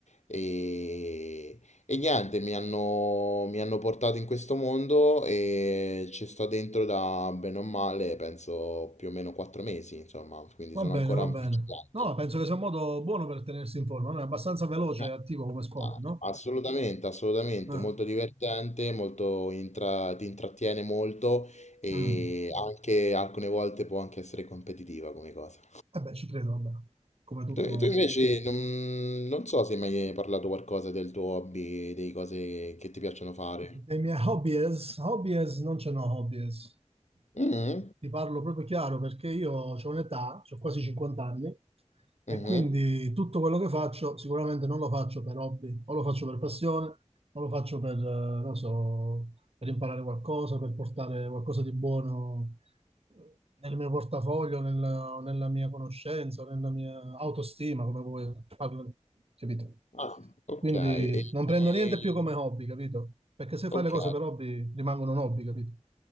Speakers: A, on the left; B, on the right.
A: E, e niente, mi hanno, mi hanno portato in questo mondo e ci sto dentro da bene o male, penso più o meno quattro mesi, insomma, quindi sono
B: Va bene,
A: ancora
B: va
A: un
B: bene.
A: principiante.
B: No, penso che sia un modo buono per tenersi in forma, no? È abbastanza veloce
A: No.
B: e attivo come sport,
A: Ah,
B: no?
A: assolutamente, assolutamente,
B: Eh,
A: molto divertente, molto intra- ti intrattiene molto e
B: mm.
A: anche alcune volte può anche essere competitiva come cosa.
B: Eh beh, ci credo, vabbè. Come tutto...
A: Tu, tu invece non, non so se hai mai hai parlato qualcosa del tuo hobby, delle cose che ti piacciono fare.
B: Dei miei hobbies, hobbies non ce n'ho hobbies.
A: Mhm,
B: Ti, ti parlo proprio chiaro perché io ho un'età, ho quasi 50 anni,
A: mhm.
B: e quindi tutto quello che faccio sicuramente non lo faccio per hobby, o lo faccio per passione, o lo faccio per, eh, non so, per imparare qualcosa, per portare qualcosa di buono nel mio portafoglio, nella, o nella mia conoscenza, o nella mia autostima, come vuoi, parlo- capito?
A: Ah, ok.
B: Quindi
A: E,
B: non prendo niente
A: e-
B: più come hobby, capito? Perché se
A: ok,
B: fai le cose per hobby rimangono un hobby, capito?